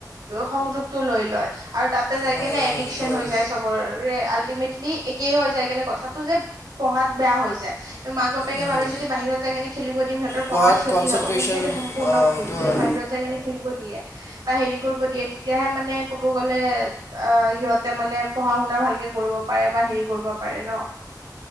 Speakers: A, on the right; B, on the left.
A: সংযোগটো লৈ লয়। আৰু তাতে যাই
B: হা,
A: কেনে
B: সেইটো
A: এডিকচন
B: হয়
A: হৈ যায় চবৰে আল্টিমেটলি একেই হৈ যায় কেনে কথাটো যে- পঢ়াত বেয়া হৈ যায়, মাক বাপেকে
B: উম,
A: ভাবে যদি বাহিৰত যায় কেনে খেলিব- সিহঁতৰ
B: পঢ়াত
A: পঢ়া ক্ষতি
B: কনচেনট্ৰেশ্যন
A: হব কিন্তু সেইটো সম্পূৰ্ণ ভুল
B: সেইটো
A: যদি
B: হয়
A: বাহিৰত যায় কেনে খেলিব দিয়ে। বা হেৰি কৰিব দিয়ে তেতিয়াহে মানে কব গ'লে। অ ইহঁতে মানে পঢ়া শুনা ভালকে কৰিব পাৰে বা হেৰি কৰিব পাৰে ন।